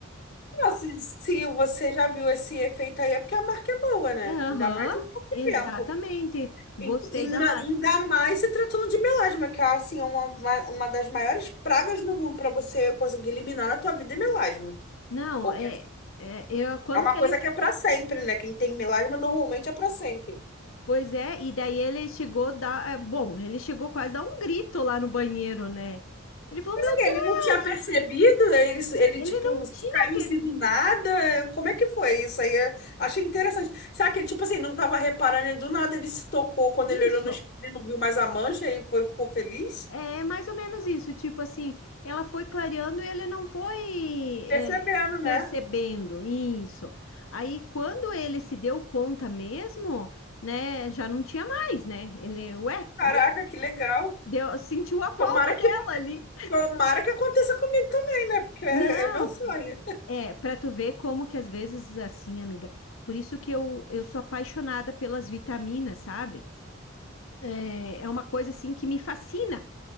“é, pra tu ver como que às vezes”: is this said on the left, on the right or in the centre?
Left